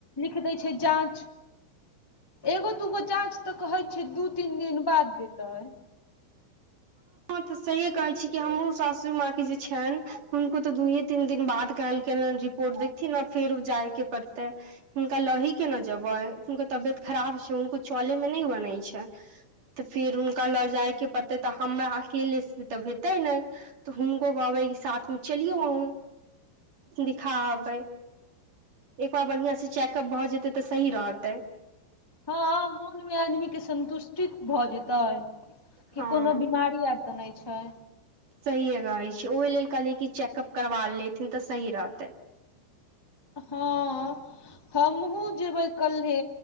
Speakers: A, on the left; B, on the right.
A: लिख दै छै जाँच एगो दूगो जाँच त कहै छै दू तीन दिन बाद देतै <inaudible>
B: तसहिे कहै छी कि हमरो सासु माँकी जे छनि हुनको तऽ र दुये तीन दिन बाद कहलखिन रि पोट देखथिन आ फेरो जायके पड़तै हुनका लही के न जेबे हुनको तबियत खराब छै हुनको चले में न बनै छै
A: <inaudible>
B: त फिर उनका ल जाय के प हमरा अकेले से त हेतै ने त हुनको कहबै कि साथ मे चलियौ अहु दिखाबै एक बार बढ़ियां से चेकअप भऽ जेते तऽ सही रहते
A: हँ मोनमे आदमीके संन्तुष्टित भ जेतै कि
B: हँ
A: कोनो बीमारी आर त नहि छै
B: सहिए रहै छै ओहि लेल कहलियै कि चेकअप करबा लेथिन त सही रहतै
A: हँ हमहुँ जेबै कल्हे